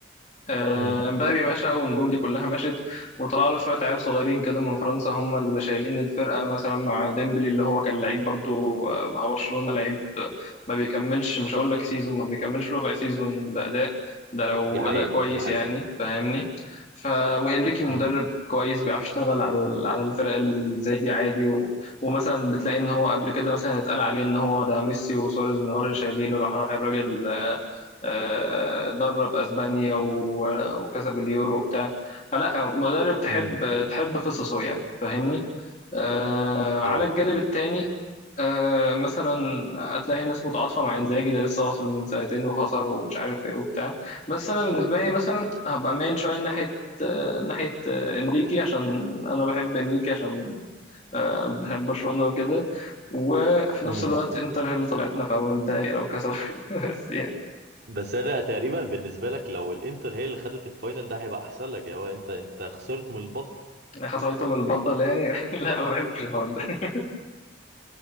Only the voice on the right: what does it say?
امم
دي حقيقه
دي حقيقه
امم
امم
اه
امم
بس انا تقريبا بالنسبه لك لو الانتر هي اللي خدت الفاينل ده هيبقى احسن لك يا هو انت انت خسرت من البطل